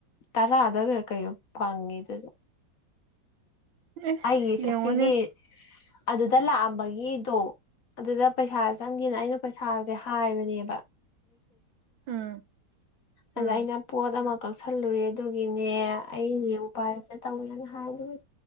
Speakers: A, on the left (about 55°); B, on the right (about 75°).
A: ꯇꯔꯥꯗꯒ ꯀꯩꯅꯣ ꯐꯪꯉꯤ ꯑꯗꯨꯁꯨ
B: ꯑꯁ
A: ꯑꯩꯒꯤ
B: ꯌꯦꯡꯉꯣꯅꯦ
A: ꯑꯁꯤꯒꯤ ꯑꯗꯨꯗ ꯂꯥꯛꯑꯝꯕꯒꯤꯗꯣ ꯑꯗꯨꯗ ꯄꯩꯁꯥ ꯆꯪꯒꯦꯅ ꯑꯩꯅ ꯄꯩꯁꯥꯁꯦ ꯍꯥꯏꯕꯅꯦꯕ
B: ꯎꯝ
A: ꯑꯗ
B: ꯎꯝ
A: ꯑꯩꯅ ꯄꫭꯠ ꯑꯃꯥ ꯀꯛꯁꯜꯂꯨꯔꯦ ꯑꯗꯨꯒꯤꯅꯦ ꯑꯩꯁꯦ ꯎꯄꯥꯏꯇ ꯇꯧꯋꯦꯅ ꯍꯥꯏꯔ‌ꯦ ꯑꯗꯨꯒ